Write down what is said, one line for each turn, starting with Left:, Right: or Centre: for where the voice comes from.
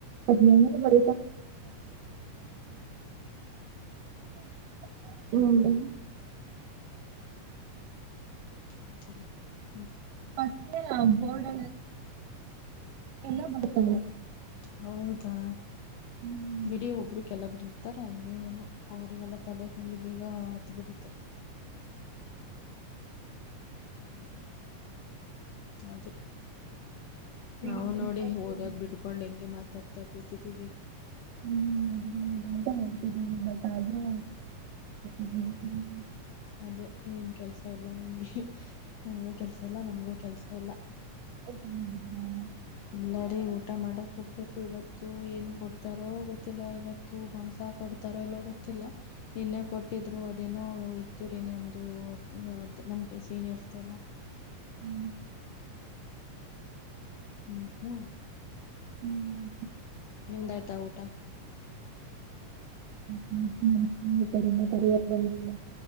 Right: ಅದ ನ ಬರ <unintelligible> <unintelligible> <unintelligible>
Left: ಕತ್ತೆ ನ ಮ
Right: ಪಸ ಅವಬರ್ಡ್ ಎಲ್ಲ ಬತದೆ
Left: ಹೌದಾ
Right: ಹ್ಮ್
Left: ಬಿಡೀ ಒಬರು ಕೆಲ್ಲ ಬರತ್ತೆ ಇತ್ತಾರೆ ಹಂಗೆ ಏನು ಅವರಿಗೆಲ್ಲ ತಲೆಗೆ ಹಂಗೆ ಬೇಗ ಹತ್ ಬಿಡುತ್ತೆ ಹ್ಮ್ ಅದೇ ನಾವು
Right: ಎಕ್ಸಾಮ್
Left: ನೋಡಿ ಓದೋದ್ ಬಿಡ್ಕೊಂಡ್ ಹೆಂಗಗೆ ಮಾತಾಡ್ತಾ ಕೂತಿದೀವಿ
Right: ಹ್ಮ್ ಅಂತ ಹೇಳ್ತಿದೀವಿ ಬಟ್ ಆದ್ರೂ ಹ್ಮ್ ಹ್ಮ್
Left: ಅದೇ ಏನ್ ಕೆಲ್ಸ ಇಲ್ಲ ನಿಮ್ಗೆ ನಮಗೂ ಕೆಲ್ಸ ಇಲ್ಲ ನಮಗೂ ಕೆಲ್ಸ ಇಲ್ಲ
Right: ಮಾಡಿದ <unintelligible>
Left: ಇಲ್ಲಾರಿ ಊಟ ಮಾಡಕ್ ಹೋಗ್ಬೇಕು ಇವತ್ತು ಏನ್ ಕೊಡ್ತಾರೋ ಗೊತ್ತಿಲ್ಲ ಇವತ್ತು ತ ಮಾಂಸ ಕೊಡ್ತಾರ ಎಲ್ಲೋ ಗೊತ್ತಿಲ್ಲ ನಿನ್ನೆ ಕೊಟ್ಟಿದ್ರು ಅದೇನೋ ಇತ್ತೂರೆ ನಮ್ಮದು ಅದು ನಮಗೆ ಸೀನಿಯರ್ದೆಲ್ಲ
Right: ಹ್ಮ್
Left: ಹ್ಮ್ ಹೂ
Right: ಹ್ಮ್
Left: ನಿಮ್ದ ಆಾಯ್ತಾ ಊಟ
Right: ಹ್ಮ್ಮ್ಮ್ಮ ಹ್ಮತರಿ ಸರಿಯಕ್ ಬಂದಿಲ್ಲ